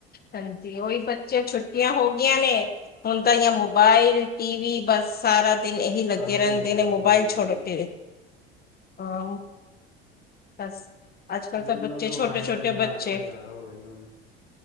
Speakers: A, on the left; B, on the left.
A: ਹਾਂਜੀ, ਉਹੀ ਬੱਚਿਆਂ ਛੁੱਟੀਆਂ ਹੋ ਗਈਆਂ ਨੇ, ਹੁਣ ਤਾਂ ਯ ਮੋਬਾਇਲ, ਟੀ ਵੀ ਬਸ ਸਾਰਾ ਦਿਨ, ਇਹੀ ਲੱਗੇ
B: ਸਾਰਾ ਦਿਨ
A: ਰਹਿੰਦੇ
B: ਇਹੀ ਕੰਮ
A: ਨੇ ਮੋਬਾਇਲ
B: ਇਹੀ
A: ਛੋਡ
B: ਕੰਮ ਜੀ
A: ਤੇ ਹਾਂ। ਬਸ। ਕੱਲ੍ਹ
B: ਟੀ ਵੀ ਦੇ
A: ਬੱਚੇ
B: ਨਾਲ ਤਾਂ
A: ਛੋਟੇ
B: ਮੋਬਾਇਲ
A: ਛੋਟੇ
B: ਦਾ ਰਿਜ਼
A: ਬੱਚੇ
B: ਆਣ, ਜ਼ਿਆਦਾ ਹੋ ਗਿਆ ਜੀ ਹੁਣ